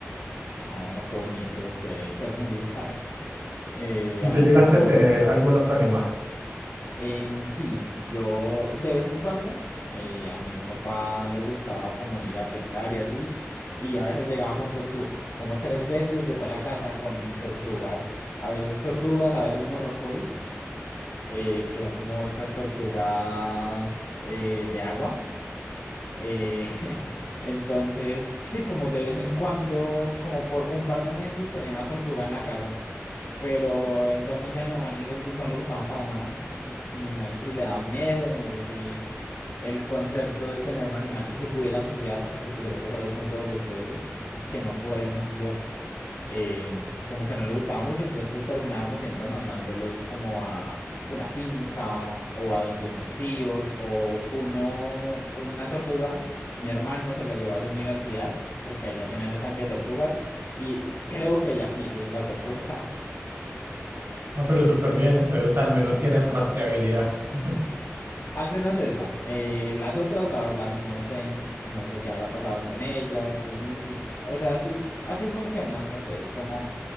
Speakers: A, on the left; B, on the right.
A: Oh, qué bonitos, qué ternuritas. <laughs> Eh,
B: ¿Y
A: ay,
B: tú llegaste
A: suenan
B: a
A: muy
B: tener
A: bonitos.
B: algún otro animal?
A: En sí, yo de vez en cuando eh, a mi papá le gustaba como ir a pescar y así, y a veces llegaba con tortugas, como tres veces llegó a la casa con tortugas, a veces tortugas, a veces morrocois, eh, que son como estas tortugas eh, de agua. eh, <laughs> entonces, sí, como de vez en cuando, como por un par de meses tenía una tortuga en la casa pero eventualmente a mi mamá no, los gu- no le gustaban para nada. No sé si le daban miedo, no sé si el concepto de tener un animal que se pudiera ensuciar, porque creo que ese era el punto de los peces, que no pueden ensuciar, eh, como que no le gustaba mucho, entonces terminábamos siempre mandándolos como a una finca o a donde unos tíos o uno, una tortuga. Mi hermano se la llevó a su universidad porque allá tenían estanque de tortugas y creo que ya sigue la tortuga.
B: Ah, pero súper bien, entonces al menos tienen rastreabilidad. <laughs>
A: Al menos esa. Eh, las otras, la verdad, no sé. No sé qué habrá pasado con ellas. mm, O sea, así, es- así funciona, no sé. Es como